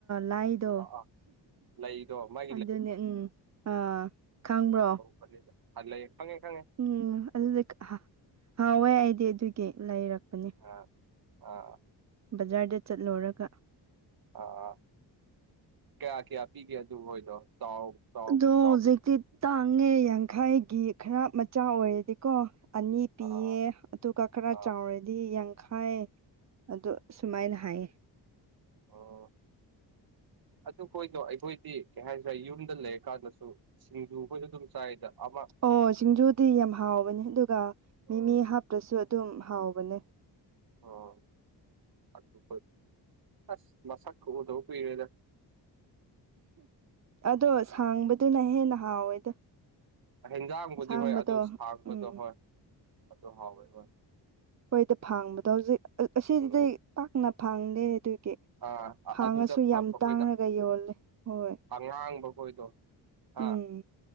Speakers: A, on the right; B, on the right.
A: ꯂꯥꯏꯗꯣ
B: ꯑꯥ ꯂꯩꯗꯣ ꯃ
A: ꯑꯗꯨꯅꯦ ꯎꯝ ꯑꯥ ꯈꯪꯕ꯭ꯔꯣ
B: ꯑꯗꯨꯗ ꯂꯩ ꯈꯪꯉꯦ ꯈꯪꯉꯦ
A: ꯎꯝ ꯑꯗꯨꯗꯤ ꯍꯋꯥꯏ ꯑꯩꯗꯤ ꯑꯗꯨꯒꯤ ꯂꯩꯔꯛꯄꯅꯦ
B: ꯑ ꯑ
A: ꯕꯖꯥꯔꯗ ꯆꯠꯂꯨꯔꯒ
B: ꯑꯥ ꯀꯌꯥ ꯀꯌꯥ ꯄꯤꯒꯦ ꯑꯗꯨ ꯍꯣꯏꯗꯣ ꯆꯥꯎ ꯆꯥꯎ
A: ꯑꯗꯣ
B: ꯆꯥꯎ
A: ꯍꯧꯖꯤꯛꯇꯤ ꯇꯥꯡꯉꯦ ꯌꯥꯡꯈꯥꯏꯒꯤ ꯈꯔ ꯃꯆꯥ ꯑꯣꯏꯔꯗꯤꯀꯣ ꯑꯅꯤ ꯄꯤꯌꯦ
B: ꯑꯥ
A: ꯑꯗꯨꯒ ꯈꯔ
B: ꯑꯥ
A: ꯆꯥꯎꯔꯗꯤ ꯌꯥꯡꯈꯥꯏ ꯑꯣ ꯁꯨꯃꯥꯏꯅ ꯍꯥꯏꯌꯦ
B: ꯑꯣ ꯑꯗꯨꯈꯣꯏꯗꯣ ꯑꯩꯈꯣꯏꯗꯤ ꯀꯩ ꯍꯥꯏꯗ꯭ꯔꯦ ꯌꯨꯝꯗ ꯂꯩꯔ ꯀꯥꯟꯗꯁꯨ ꯁꯤꯡꯖꯨ ꯑꯩꯈꯣꯏꯗ ꯑꯗꯨꯝ ꯆꯥꯏꯗ ꯑꯃ
A: ꯑꯣ ꯁꯤꯡꯖꯨꯗꯤ ꯌꯥꯝ ꯍꯥꯎꯕꯅꯦ ꯑꯗꯨꯒ ꯃꯤꯃꯤ
B: ꯑꯥ
A: ꯍꯥꯞꯄꯁꯨ ꯑꯗꯨꯝ ꯍꯥꯎꯕꯅꯦ
B: ꯑꯣ ꯑꯗꯨ ꯑꯁ ꯃꯁꯛ ꯑꯣꯗꯧꯕ ꯀꯨꯏꯔꯦꯗ
A: ꯑꯗꯣ ꯁꯥꯡꯕꯗꯨꯅ ꯍꯦꯟꯅ ꯍꯥꯎꯋꯦꯗ
B: ꯍꯦꯟꯖꯥꯡꯕꯨꯗꯤ
A: ꯑꯁꯥꯡꯕꯗꯣ
B: ꯍꯣꯏ ꯑꯗꯨ ꯁꯥꯡꯕꯗꯣ
A: ꯎꯝ
B: ꯍꯣꯏ ꯑꯗꯨ ꯍꯥꯎꯋꯦ ꯍꯣꯏ
A: ꯍꯣꯏꯗ ꯐꯥꯡꯕꯗꯣ ꯍꯧꯖꯤꯛ ꯑꯁꯤꯁꯤꯗꯤꯩ
B: ꯎꯝ
A: ꯄꯥꯛꯅ ꯐꯥꯡꯗꯦ ꯑꯗꯨꯒꯤ
B: ꯑꯥ ꯑ-
A: ꯐꯥꯡꯉꯁꯨ
B: ꯑꯗꯨꯗ ꯐꯪꯕ
A: ꯌꯥꯝ ꯇꯥꯡꯂꯒ
B: ꯑꯩꯈꯣꯏꯅ
A: ꯌꯣꯂꯦ ꯍꯣꯏ
B: ꯑꯉꯥꯡꯕ ꯈꯣꯏꯗꯣ ꯑꯥ
A: ꯎꯝ